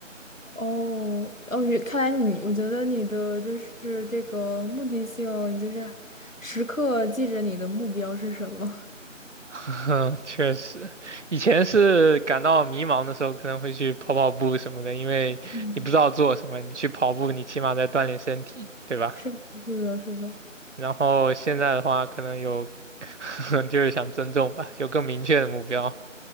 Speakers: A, on the left (about 85°); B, on the right (about 65°).
A: 哦，哦，原看来你，我觉得你的就是这个目的性，就是时刻记着你的目标是什么。
B: <laughs> 确实，以前是感到迷茫的时候，可能会去跑跑步什么的，因为你不知道做什么，
A: 嗯
B: 你去跑步，你起码在锻炼身体，对吧？
A: 是的，是的，是的
B: 然后现在的话，可能有，<laughs> 就是想增重吧，有更明确的目标。